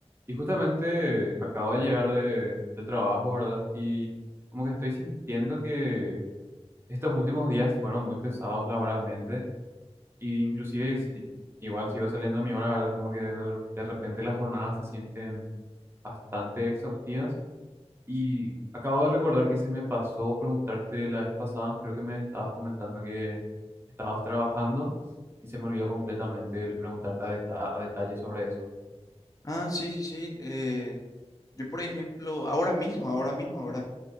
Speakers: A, on the right (about 20°); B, on the left (about 30°).
A: Y justamente acabo de llegar de, del trabajo, ¿verdad? Y como que estoy sintiendo que estos últimos días fueron muy pesados laboralmente. Y inclusive si igual sigo saliendo a mi hora, ¿verdad? Como que de, re- de repente las jornadas se sienten bastante exhaustivas. Y acabo de recordar que se me pasó preguntarte la vez pasada, creo que me estabas comentando que estabas trabajando y se me olvidó completamente el preguntarte a, deta- a detalle sobre eso.
B: Ah, sí, sí, sí. eh, yo, por ejemplo, ahora mismo, ahora mismo, ¿verdad?